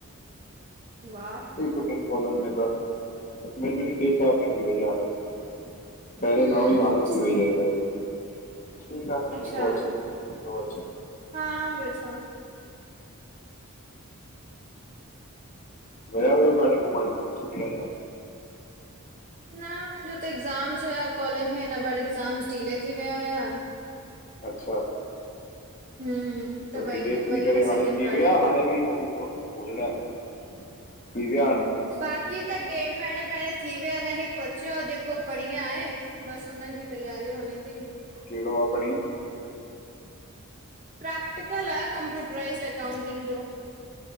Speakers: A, on the right; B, on the left.
A: वाह।
B: हिकु-ॿिनि कॉलनि में त, हिकु- ॿिनि में न, टे- चारि में थी वई आं हाणे त। पहिरैं
A: हम्म
B: न हुई, हाणे थी वई आहे इलाही‌। ठीकु आहे
A: अच्छा
B: जेको अचे। जो अच्चे।
A: हा, ॿियो छा?
B: वया हुयव काॾे घुमण, छुटियुनि में?
A: न मुंहिंजो त एक्ज़ाम्स हुया कॉलेज में, हिन बार एक्ज़ाम्स डिले थी विया हुया
B: अच्छा।
A: हम्म।
B: त,
A: वई
B: डिले
A: न
B: थी
A: वञी
B: करे
A: न
B: हाणे
A: सघियमि
B: थी
A: काॾे
B: विया? हाणे बि हुजण आहिनि? थीं विया आहिन?
A: बाक़ी त ॾेढु महीने पहिरियोें थी वियोया न हे क्वचो आहे जेको परींहं आहे बस हुन जी तयारी होली थी।
B: कहिड़ो आहे परीहं
A: प्रेक्टिकल आहे कंप्यूटराइज़ड अकाउंटिंग जो।